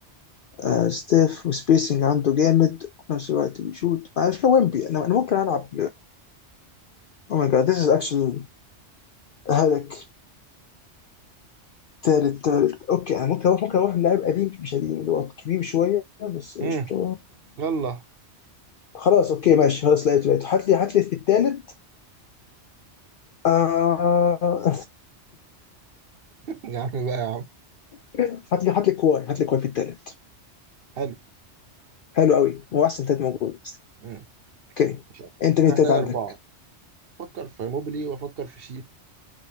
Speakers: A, on the left; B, on the right.
A: آه، ستيف وسبيسنج عنده جامد وفي نفس الوقت بيشوت معلش كوينبي انا انا ممكن العب او ماي جاد ذيس از اكشلي هلك تالت تالت اوكي انا ممكن اروح ممكن اروح للاعب قديم مش قديم اللي هو كبير شويه بس
B: امم
A: قشطه
B: يلا <laughs>
A: خلاص اوكي ماشي خلاص لقيته لقيته هات لي هات لي في التالت آه...
B: يا عم بقى يا عم
A: <laughs> هات لي هات لي كواي هات لي كواي في التالت
B: حلو
A: حلو قوي هو احسن تالت موجود اصلا
B: امم
A: اوكي
B: مش عارف.
A: انت
B: انا
A: مين التالت
B: محتاج
A: عندك؟
B: اربعه افكر في موبلي وافكر في شيت